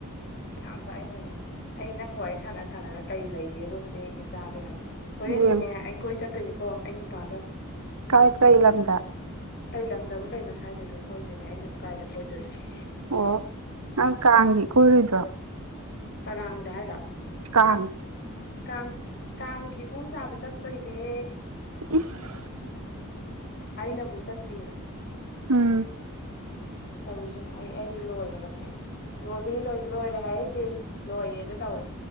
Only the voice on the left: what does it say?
ꯑꯌꯥꯝꯕ ꯑꯩꯅꯅꯤ꯫ ꯑꯩ ꯅꯪ ꯋꯥꯔꯤ ꯁꯥꯟꯅ ꯁꯥꯟꯅꯅ ꯀꯩ ꯂꯩꯒꯦꯕꯨ ꯑꯝꯇ ꯌꯦꯡꯒꯦ ꯆꯥꯕ ꯌꯥꯕ꯫ ꯍꯣꯔꯦꯟꯗꯤꯅꯦ
ꯑꯩ ꯀꯣꯏ ꯆꯠꯇꯣꯏꯅꯤꯀꯣ ꯑꯩ ꯅꯨꯄꯥꯒ꯫
ꯀꯩ ꯂꯝꯗꯕꯨ ꯀꯩꯅꯣ ꯁ꯭ꯋꯥꯏꯗ ꯑꯗꯨꯝ ꯀꯣꯏꯗꯣꯏꯅꯦ ꯑꯩꯅꯕꯨ ꯀꯥꯏꯗ ꯀꯣꯏꯗꯣꯔꯤꯒꯦ꯫
ꯀꯥꯔꯥꯡꯗ ꯍꯥꯏꯔꯣ?
ꯀꯥꯡ ꯀꯥꯡ ꯀꯤꯍꯣꯡ ꯆꯥꯕ ꯆꯠꯇꯣꯏꯅꯦ꯫
ꯑꯩꯅꯕꯨ ꯆꯠꯇꯦꯔꯣ꯫
ꯇꯧꯔꯤꯁꯦ ꯌꯦꯡꯉꯣ ꯑꯩ ꯑꯩꯁꯦ ꯂꯣꯏꯔꯕꯅꯦ ꯑꯩꯁꯦ꯫ ꯂꯣꯏꯕꯨꯗꯤ ꯂꯣꯏ ꯂꯣꯏꯔꯦ ꯍꯥꯏꯍꯩꯗꯦ ꯂꯣꯏꯔꯦ ꯑꯗꯨ ꯇꯧꯔꯦ꯫